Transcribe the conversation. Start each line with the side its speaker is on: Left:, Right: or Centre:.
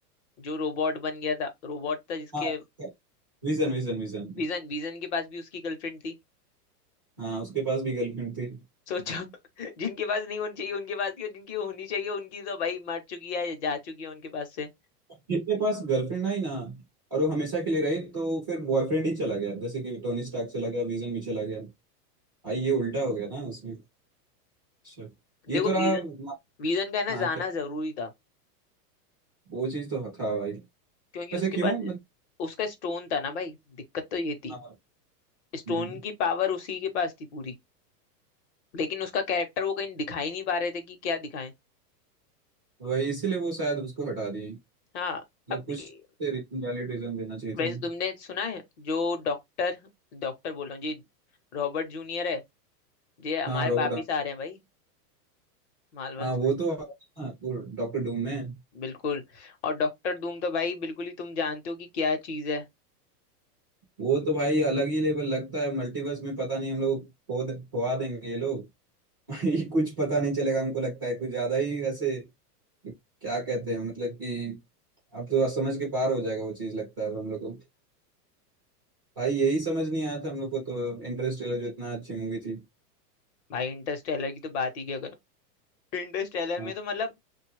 Left: जो रोबोट बन गया था रोबोट था जिसके
Right: हाँ Vision Vision Vision
Left: विजन विजन के पास भी उसकी गर्लफ्रेंड थी
Right: हाँ उसके पास भी गर्लफ्रेंड थी
Left: सोचो <laughs> जिनके पास नहीं होनी चाहिए उनके पास की और जिनकी होनी चाहिए उनकी तो भाई मर चुकी है जा चुकी है उनके पास से
Right: जिनके पास गर्लफ्रेंड आई ना और वो हमेशा के लिए रही तो फिर बॉयफ्रेंड ही चला गया जैसे कि टोनी स्टार्क चला गया विजन भी चला गया आई ये उल्टा हो गया ना उसमें अच्छा ये
Left: देखो
Right: तो
Left: वीजन
Right: रहा म-
Left: वीजन का है ना
Right: हाँ
Left: जाना
Right: क्या
Left: जरूरी था
Right: वो चीज तो था भाई
Left: क्योंकि
Right: वैसे
Left: उसके
Right: क्यों
Left: पास
Right: मत
Left: उसका स्टोन था ना भाई दिक्कत तो ये थी
Right: हाँ
Left: स्टोन
Right: हम्म,
Left: की पावर उसी के पास थी पूरी लेकिन उसका कैरेक्टर वो कहीं दिखा ही नहीं पा रहे थे कि क्या दिखाएं
Right: वही इसीलिए वो शायद उसको हटा दिए
Left: हाँ
Right: मतलब
Left: अब
Right: कुछ
Left: दे-
Right: वैलिड रीजन देना चाहिए था
Left: वैसे
Right: ना
Left: तुमने सुना है जो डॉक्टर डॉक्टर बोल रहा हूँ जी रॉबर्ट जूनियर है ये हमारे
Right: हाँ रॉबर्ट
Left: वापिस आ रहे हैं भाई मार्वल्स
Right: हाँ वो
Left: में
Right: तो हाँ वो डॉक्टर डूम में
Left: बिल्कुल और डॉक्टर धूम तो भाई बिल्कुल ही तुम जानते हो कि क्या चीज है
Right: वो तो भाई अलग ही लेवल लगता है मल्टीवर्स में पता नहीं हम लोग खो दे- खोआ देंगे ये लोग ये कुछ पता नहीं चलेगा हमको लगता है कुछ ज्यादा ही ऐसे क्या कहते हैं मतलब कि अब तो समझ के पार हो जाएगा वो चीज लगता है अब हम लोग को भाई यही समझ नहीं आया था हम लोग को तो इंटरस्टेलर जो इतना अच्छी मूवी थी
Left: भाई इंटरस्टेलर की तो बात ही क्या करो इंटरस्टेलर
Right: हाँ
Left: में तो मतलब